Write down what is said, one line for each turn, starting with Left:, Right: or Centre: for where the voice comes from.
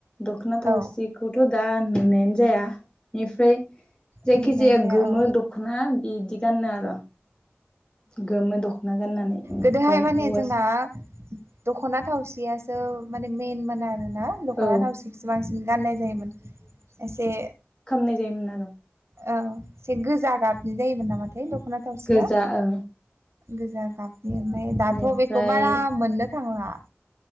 Left: दखना थावसि
Right: औ
Left: बेखौथ' दा नुनायानो जाया बेनिफ्राय जायखि
Right: नुनाय
Left: जाया गोमो
Right: औ
Left: दख'ना बिदि गानो आरो गोमो दख'ना गाननानै बेनिफ्राय
Right: गोदोहाय माने
Left: हौवा
Right: जोंना दख'ना थावसियासो माने मेइन मोना आरोना दख'ना
Left: औ
Right: थावसिखौसो बांसिन गाननाय जायोमोन एसे
Left: खामनाय जायोमोन आरो
Right: औ एसे गोजा गाबनि जायोमोन नामाथाय दख'ना थावसिया
Left: गोजा ओं
Right: गोजा गाबनि ओमफ्राय दाथ'
Left: बेनिफ्राय
Right: बेखौ बारा मोननो जा <inaudible>